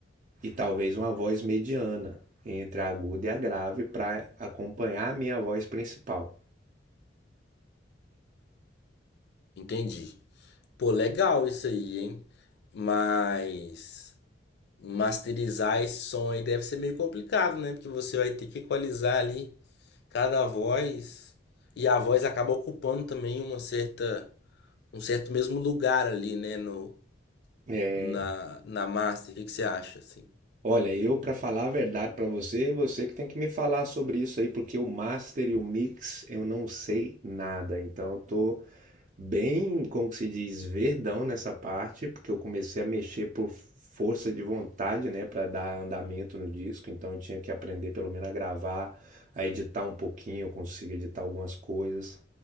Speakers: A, on the right; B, on the left.
A: e talvez uma voz mediana entre a aguda e a grave para acompanhar a minha voz principal.
B: entendi. Pô, legal isso aí, hein? Mas. masterizar esse som aí deve ser meio complicado, né? Porque você vai ter que equalizar ali cada voz e a voz acaba ocupando também uma certa um certo mesmo lugar ali, né, no
A: É,
B: na na master. O que que você acha assim?
A: olha, eu para falar a verdade para você, você que tem que me falar sobre isso aí, porque o master e o mix eu não sei nada, então eu tô bem, como que se diz, verdão nessa parte, porque eu comecei a mexer por força de vontade, né, para dar andamento no disco, então eu tinha que aprender pelo menos a gravar, a editar um pouquinho, eu consigo editar algumas coisas.